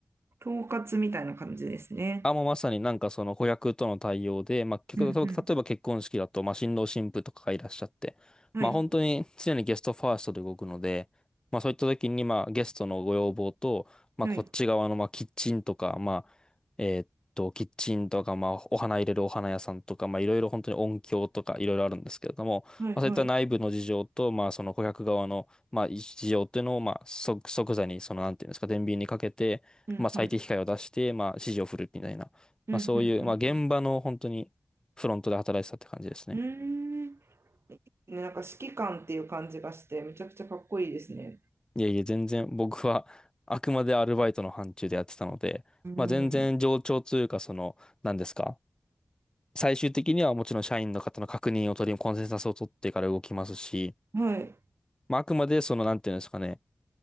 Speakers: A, on the right (about 60°); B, on the left (about 15°).
A: 統括みたいな感じですね。
B: あ、もうまさになんかその子役との対応で、まあ、結構例えば結婚式だと、
A: うん、う
B: まあ、新郎新婦とかがいらっしゃって、
A: ん、
B: まあ、
A: はい、
B: 本当に常にゲストファーストで動くので、まあ、そういった時に、まあ、ゲストのご要望と、まあ、
A: はい、
B: こっち側の、まあ、キッチンとか、まあ、えーっと、キッチンとか、まあ、お花入れるお花屋さんとか、まあ、いろいろ本当に音響とかいろいろあるんですけれども、
A: はい、
B: まあ、そういった内部の事情と、
A: はい、
B: まあ、その顧客側の、まあ、事情っていうのを、まあ、即、即座に、その、なんていうんですか、天秤にかけて、
A: うん、
B: まあ、最適解を出して、
A: うん。
B: まあ、指示を振るみたいな、
A: うんうんうんうん。
B: まあ、そういう、まあ、現場の本当にフロントで働いてたって感じですね。
A: うーん。ね、なんか指揮官っていう感じがして、めちゃくちゃかっこいいですね。
B: いやいや全然僕はあくまでアルバイトの範疇でやってたので、
A: うん。
B: まあ、全然冗長というか、その、何ですか。最終的にはもちろん社員の方の確認を取り、コンセンサスを取ってから動きますし、
A: はい。はい。
B: まあ、あくまでその、なんていうんですかね、